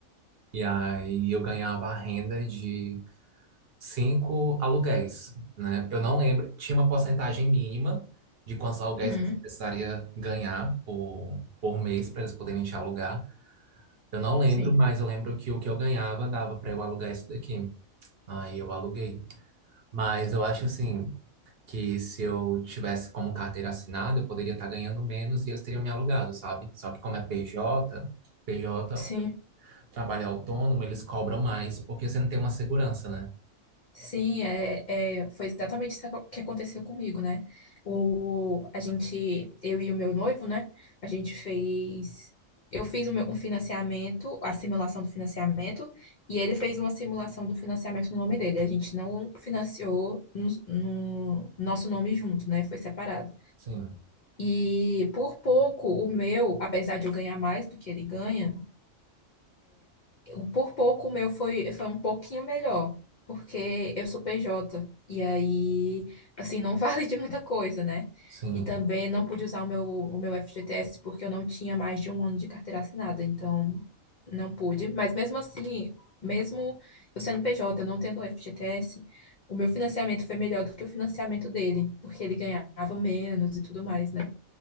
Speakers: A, on the right; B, on the left.
A: e aí eu ganhava a renda de cinco aluguéis, né? Eu não lembro, tinha uma porcentagem mínima de quantos aluguéis
B: uhum,
A: você precisaria ganhar por, por mês para eles poderem te alugar. Eu não lembro,
B: sim,
A: mas eu lembro que o que eu ganhava dava para eu alugar isso daqui. Aí eu aluguei. Mas eu acho assim que se eu tivesse como carteira assinada, eu poderia estar ganhando menos e eles teriam me alugado, sabe? Só que como é PJ, PJ,
B: sim,
A: trabalho autônomo, eles cobram mais porque você não tem uma segurança, né?
B: sim, é, é, foi exatamente isso que aconteceu comigo, né? O, a gente, eu e o meu noivo, né? A gente fez, eu fiz o meu, um financiamento, a simulação do financiamento, e ele fez uma simulação do financiamento no nome dele. A gente não financiou no, no nosso nome junto, né? Foi separado.
A: Sim,
B: E por pouco, o meu, apesar de eu ganhar mais do que ele ganha eu- por pouco o meu foi, foi um pouquinho melhor, porque eu sou PJ, e aí, assim, não <laughs> vale de muita coisa, né?
A: sim.
B: E também não pude usar o meu, o meu FGTS porque eu não tinha mais de um ano de carteira assinada, então não pude. Mas mesmo assim, mesmo eu sendo PJ, eu não tendo o FGTS, o meu financiamento foi melhor do que o financiamento dele, porque ele ganhava menos e tudo mais, né?